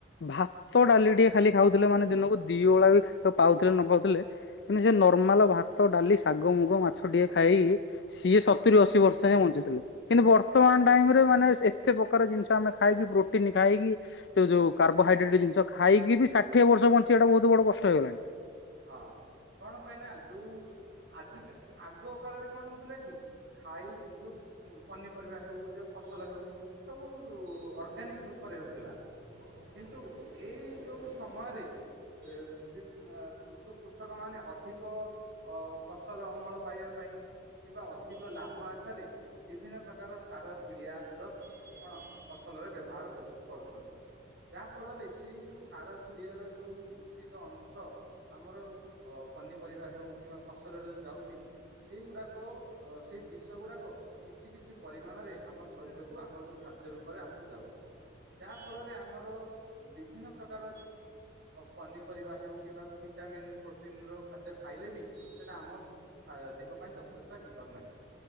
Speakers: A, on the left; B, on the right.
A: ଭାତ, ଡାଲି ଟିକେ ଖାଲି ଖାଉଥିଲେ ମାନେ ଦିନକୁ ଦିଓଳା ବି ପାଉଥିଲେ ନ ପାଉଥିଲେ କିନ୍ତୁ ସେ ନର୍ମାଲ ଭାତ, ଡାଲି, ଶାଗ, ମୁଗ, ମାଛ ଟିକେ ଖାଇ ସିଏ ସତ ସତୁରୀ ଅଶୀ ବର୍ଷ ଯାଏ ବଞ୍ଚିଥିଲେ କିନ୍ତୁ ବର୍ତ୍ତମାନ ଟାଇମ ରେ ମାନେ ଏତେ ପ୍ରକାର ଜିନିଷ ଆମେ ଖାଇକି ପ୍ରୋଟିନ୍ ଖାଇ ଖାଇକି ଯୋଉ କାର୍ବୋହାଇଡ୍ରେଟ୍ ଜିନିଷ ଖାଇକ ବି ଷାଠିଏ ବର୍ଷ ବଞ୍ଚି ଏଇଟା ବହୁତ ବଡ କଷ୍ଟ ହେଇଗଲାଣି।
B: ହଁ କଣ ପାଇଁ ନା ଯୋଉ ଆଜି ଆଗ କାଳରେ କଣ ହଉଥିଲା କି? ଖାଇ ଯୋଉ ପନିପରିବା ହେଉ ଯୋଉ ଫସଲ ହେଉ ସବୁ ଅର୍ଗାନିକ ରୂପ ପରେ ହେଉଥିଲା କିନ୍ତୁ ଏଇ ଯୋଉ ସମୟରେ ଵି କିନ୍ତୁ କୃଷକ ମାନେ ଅଧିକ ଫସଲ ଅମଳ ପାଇବା ପାଇଁ କିମ୍ବା ଅଧିକ ଲା ଲାଭ ଆଶାରେ ବିଭିନ୍ନ ପ୍ରକାର ସାର ପିଡ଼ିଆ ର କଣ ଫସଲରେ ବ୍ୟବହାର କରୁ କରୁଛନ୍ତି। ଯାହା ଫଳରେ ସେଇ ଯୋଉ ସାର ପିଡିଆର ଯୋଉ ଦୂଷିତ ଅଂଶ। ଆମର ପନିପରିବା ହେଉ କିମ୍ବା ଫସଲରେ ଯାଉଛି ସେଇଗୁଡ଼ାକ ସେଇ ବିଷ ଗୁଡାକ କିଛି କିଛି ପରିମାଣରେ ଆମ ଶରୀରକୁ ଆମର ଯୋଉ ଖାଦ୍ୟ ରୂପରେ ଆମକୁ ଯାଉଛି। ଯାହା ଫଳରେ ଆମର ବିଭିନ୍ନ ପ୍ରକାର ପନିପରିବା ହେଉ କିମ୍ବା ଭିଟାମିନ ପ୍ରୋଟିନ ର ଖାଦ୍ୟ ଖାଇଲେ ବି ସେଇଟା ଆମ ଖାଇବା ଦେହ ପାଇଁ ଯଥେଷ୍ଟ ହେଇପାରୁନାହିଁ।